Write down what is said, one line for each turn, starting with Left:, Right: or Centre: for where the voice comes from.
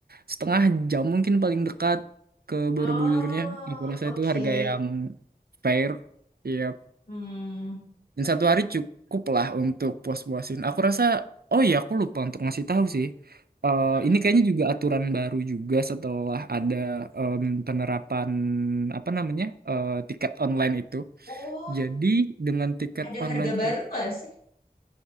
Right: setengah jam mungkin paling dekat ke
Left: Oh,
Right: Borobudurnya. Aku rasa
Left: oke.
Right: itu harga yang fair. Iya,
Left: Hmm.
Right: dan satu hari cukup lah untuk puas-puasin aku rasa oh iya aku lupa untuk ngasih tahu sih Eh,
Left: Apa
Right: ini
Left: tuh?
Right: kayaknya juga aturan baru juga setelah ada em, penerapan apa namanya eh, tiket online itu
Left: Oh,
Right: jadi dengan tiket
Left: ada
Right: online
Left: harga baru
Right: itu
Left: gak sih?